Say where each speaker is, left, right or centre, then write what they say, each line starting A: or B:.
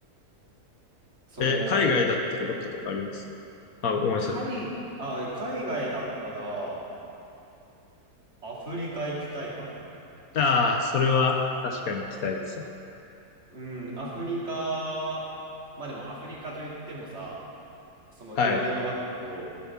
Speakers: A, on the right; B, on the left.
A: その、
B: え、海外だったらどっかとかありますあ、ごめんなさい。
A: 海、あ、海外だったら、アフリカ行きたいかも。
B: ああ、それは確かに行きたいですわ。
A: うん、アフリカ、まあでもアフリカと言ってもさ、そのいろいろあるけど、
B: はい。